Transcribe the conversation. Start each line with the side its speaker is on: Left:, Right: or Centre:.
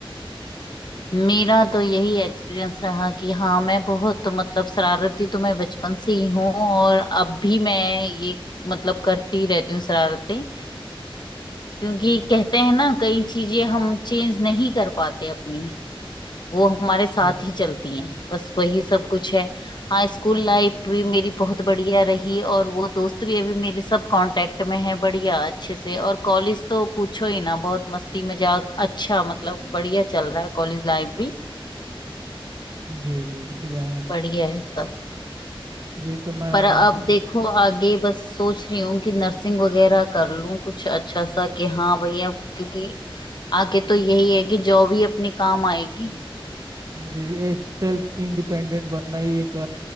Left: मेरा तो यही एक्सपीरियंस रहा कि हाँ मैं बहुत मतलब शरारती तो मैं बचपन से ही हूँ और अब भी मैं ये मतलब करती रहती हूँ शरारतें क्योंकि कहते हैं ना कई चीजें हम चेंज नहीं कर पाते अपनी वो हमारे साथ
Right: जी
Left: ही चलती हैं बस वही सब कुछ है हाँ स्कूल लाइफ भी मेरी बहुत बढ़िया रही और वो दोस्त भी अभी मेरे सब कांटेक्ट में है बढ़िया अच्छे से और कॉलेज तो पूछो ही ना बहुत मस्ती मजाक अच्छा मतलब बढ़िया चल रहा है कॉलेज लाइफ भी
Right: जी जी, बढ़िया है
Left: बढ़िया है सब
Right: जी तो मैं
Left: पर अब
Right: अपना
Left: देखो आगे बस सोच रही हूँ कि नर्सिंग वगैरह कर लूँ कुछ अच्छा सा कि हाँ भैया क्योंकि आगे तो यही है कि जॉब ही अपने काम आएगी
Right: जी सेल्फ इंडिपेंडेंट बनना ही एक